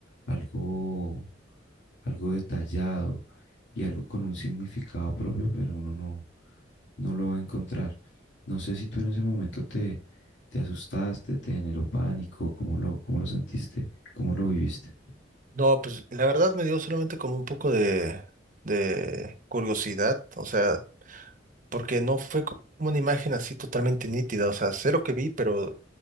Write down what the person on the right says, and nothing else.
No, pues la verdad me dio solamente como un poco de, de curiosidad, o sea, porque no fue co- como una imagen así totalmente nítida, o sea, sé lo que vi, pero,